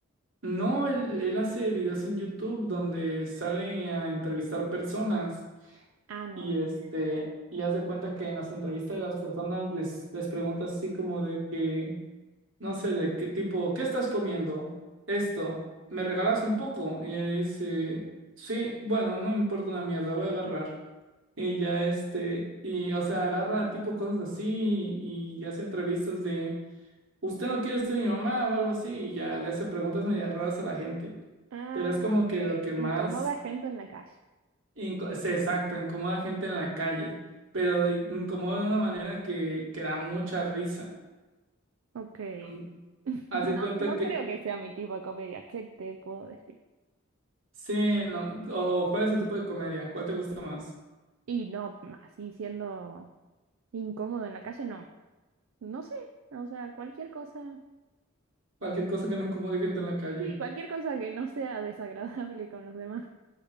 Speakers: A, on the right; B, on the right.
A: No, él, él hace videos en YouTube donde sale a entrevistar personas
B: Ah, no,
A: y
B: ni
A: este,
B: idea.
A: y haz de cuenta que en las entrevistas de las personas les, les preguntas así como de que, no sé, de qué tipo, ¿qué estás comiendo? Esto, ¿me regalas un poco? Y él dice, sí, bueno, no me importa una mierda, voy a agarrar. Y ya este, y o sea, agarra tipo cosas así y y hace entrevistas de usted no quiere ser mi mamá o algo así, y ya le hace preguntas medio raras a la gente.
B: Ah,
A: Pero es como
B: ok.
A: que lo que más
B: Incomoda gente en la calle.
A: inco- se exacto, incomoda a gente en la calle, pero de- incomoda de una manera que, que da mucha risa.
B: Ok.
A: Mm,
B: <laughs>
A: Haz
B: No,
A: de cuenta
B: no
A: que,
B: creo que sea mi tipo de comedia. ¿Qué te puedo decir?
A: sí, no, o cuál es su tipo de comedia, cuál te gusta más,
B: Y no, así siendo incómodo en la calle, no. No sé, o sea, cualquier cosa.
A: cualquier cosa que no incomode gente en la calle.
B: Sí, cualquier cosa que no sea desagradable con los demás,